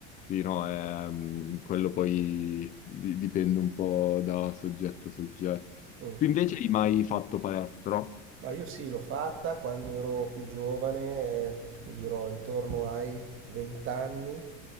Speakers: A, on the left; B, on the right.
A: sì, no, è, mm, quello poi di- dipende un po' da soggetto a soggetto.
B: Mm.
A: Tu invece hai mai fatto palestra?
B: Ma io sì, l'ho fatta quando ero più giovane, eh, ti dirò intorno ai 20 anni,